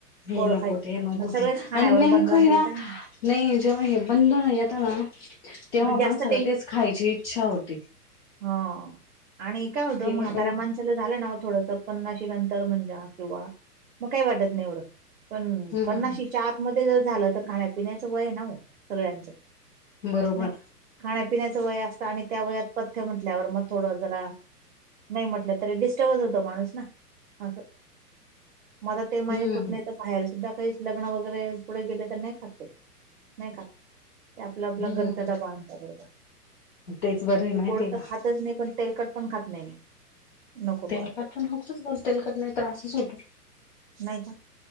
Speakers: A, on the left; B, on the right.
A: हे
B: गोड
A: नको
B: खायच
A: ते
B: नाही.
A: नको
B: म सगळेच
A: ते
B: खाण्यावर
A: आणि नेमकं
B: बंधन
A: आहे
B: येत ना?
A: नाही जेव्हा हे बंधन येता ना? तेव्हा
B: मग जास्त
A: माणसाला तेच खायची इच्छा होती.
B: हां. आणि काय होतं?
A: ते
B: म्हाताऱ्या
A: काय
B: माणसांना- झालं ना थोडस पन्नाशी नंतर. म्हणजे किंवा मग काही वाटत नाहीं एवढं. पण
A: हम्म
B: पन्नाशीच्या आतमध्ये जर झालं तर, खाण्यापिण्याचं वय ये ना हो? सगळ्यांचं.
A: बरोबर.
B: नाही का? खाण्यापिण्याचं वय असतं. आणि त्या वयात पथ्य म्हटल्यावर मग थोडं जरा- नाही म्हटलं तरी डिस्टर्बच होत माणूस ना? असं, म ते आता माझ्या
A: हम्म
B: पुतण्या- बाहेर सुद्धा काही लग्न वगैरे कुठे गेले तर नाही खात ते. नाही खात. ते आपल्या आपल्या
A: हम्म
B: घरचा डबा आणता बरोबर.
A: तेच बरं आहे
B: ते
A: माहितीय
B: गोड
A: का
B: तर खात- - च नाही. पण तेलकट पण खात नाही. नको
A: तेलकटन
B: बा असं
A: <unintelligible> तेलकटन त्रासच होतो.
B: नाही का